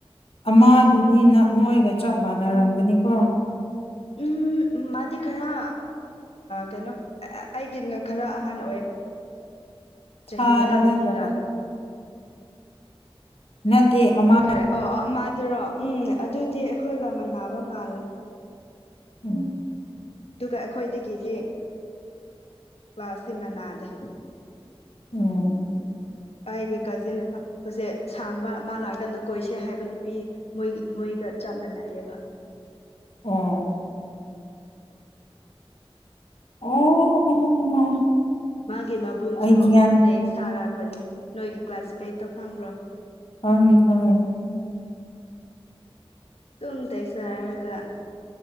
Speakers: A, on the left (about 70°); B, on the left (about 85°).
A: ꯑꯃꯗꯨꯗꯤ ꯅꯣꯏꯒ ꯆꯞ ꯃꯥꯟꯅꯔꯝꯒꯅꯤꯀꯣ
B: ꯎꯝ ꯃꯥꯗꯤ ꯈꯔ ꯀꯩꯅꯣ ꯑꯩꯒꯤꯅ ꯈꯔ ꯑꯍꯥꯟ ꯑꯣꯏꯌꯦ ꯆꯍꯤ
A: ꯊꯥꯗ
B: ꯑꯅꯤꯔꯥ
A: ꯅꯠꯇ꯭ꯔꯒ ꯅꯠꯇꯦ ꯑꯃ
B: ꯀꯔꯦ ꯑꯣ ꯑꯃꯥꯗꯨꯔꯣ ꯎꯝ ꯑꯗꯨꯗꯤ ꯑꯩꯈꯣꯏꯒ ꯃꯅꯥꯕ ꯃꯥꯜꯂꯦ
A: ꯎꯝ
B: ꯑꯗꯨꯒ ꯑꯩꯈꯣꯏꯗꯒꯤꯗꯤ ꯀ꯭ꯂꯥꯁꯇꯤ ꯃꯅꯥꯗꯦ
A: ꯎꯝ
B: ꯑꯩꯒꯤ ꯀꯥꯖꯤꯟ ꯍꯧꯖꯤꯛ ꯁꯥꯡꯕ ꯃꯥ ꯂꯥꯛꯀꯥꯟꯗ ꯀꯣꯏꯁꯦ ꯍꯥꯏꯕ ꯅꯨꯄꯤ ꯃꯣꯏ ꯃꯣꯏꯒ ꯆꯞ ꯃꯥꯟꯅꯩꯌꯦꯕ
A: ꯑꯣ ꯑꯣ
B: ꯃꯥꯒꯤ ꯃꯕꯨꯡꯁꯨ
A: ꯑꯩ ꯒ꯭ꯌꯥꯟ
B: ꯇꯦꯛꯁ ꯊꯥꯔꯛꯄꯅꯦ ꯅꯣꯏꯒꯤ ꯀ꯭ꯂꯥꯁꯃꯦꯠꯇꯣ ꯈꯪꯕ꯭ꯔꯣ
A: ꯈꯪꯉꯦ ꯈꯪꯉꯦ
B: ꯗꯨꯝ ꯇꯦꯛꯁ ꯁꯥꯔꯒ